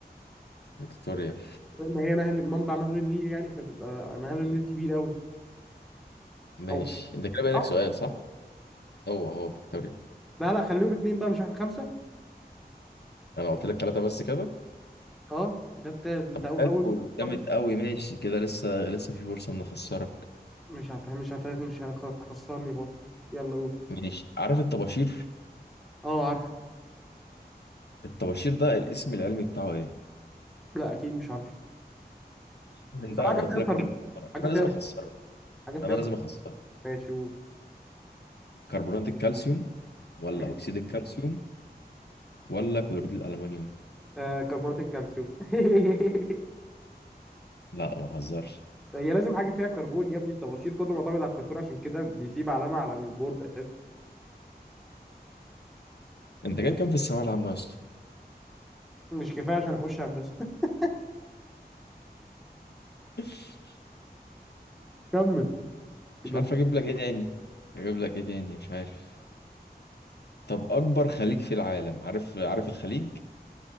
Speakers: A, on the left; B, in the centre.
A: فيكتوريا
B: لان هي نهر منبع نهر النيل يعني فتبقى نهر النيل كبير قوي
A: ماشي
B: او
A: انت كده بقى لك
B: آه،
A: سؤال صح هو هو فيكتوريا
B: لا لا خليهم اتنين بقى مش احنا خمسه
A: انا قلت لك ثلاثة بس كده
B: اه ده التالت انت
A: طب
B: أو-
A: حلو
B: اول
A: جامد
B: خالص
A: قوي ماشي كده لسه لسه في فرصة ان اخسرك
B: مش هت مش هت مش هتخسرني برضه يلا قول
A: ماشي عارف الطباشير
B: اه عارفه
A: الطباشير ده الاسم العلمي بتاعه ايه
B: لا اكيد مش عارفه
A: من
B: بس
A: ده
B: حاجه
A: انا
B: فيها
A: قلت لك
B: كرب...
A: لازم اخسرك
B: حاجه
A: انا
B: فيها
A: لازم اخسرك
B: حاجه فيها
A: انا لازم
B: كرب...
A: اخسرك
B: ماشي قول
A: كربونات الكالسيوم ولا
B: ماشي.
A: اكسيد الكالسيوم ولا كلوريد الالمنيوم
B: آه كربونات الكالسيوم <laughs>
A: لا ما تهزرش
B: هي لازم حاجه فيها كربون يا ابني الطباشير كله معتمد على الكرتون عشان كده بيسيب علامه على البورد اساسا
A: انت جايب كام في الثانوية العامة يا اسطى
B: مش كفايه عشان اخش هندسه <laughs>
A: <laughs>
B: كمل كده
A: مش عارف
B: انت
A: اجيب لك ايه تاني اجيب لك ايه تاني مش عارف طب اكبر خليج في العالم عارف عارف الخليج